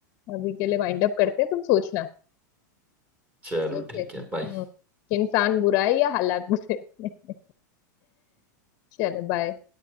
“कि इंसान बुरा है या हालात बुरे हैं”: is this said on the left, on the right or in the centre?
Left